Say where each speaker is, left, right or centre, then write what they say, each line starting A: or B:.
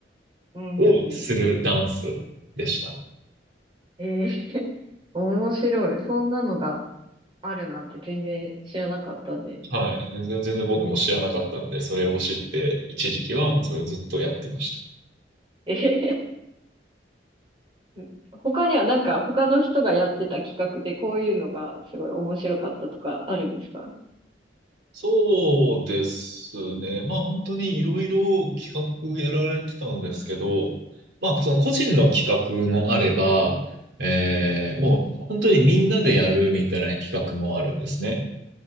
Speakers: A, on the right; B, on the right.
A: うん。
B: をするダンスでした。
A: ええ <laughs> 面白い。そんなのがあるなんて全然知らなかったんで。
B: はい。全然全然僕も知らなかったんで、
A: うん。
B: それを知って、一時期はもうそれをずっとやってました。
A: ええ <laughs> 他にはなんか他の人がやってた企画でこういうのがすごい面白かったとかあるんですか
B: そうですね。まあ本当にいろいろ企画やられてたんですけど、まあその個人の企画もあれば、えーもう本当にみんなでやるみたいな企画もあるんですね。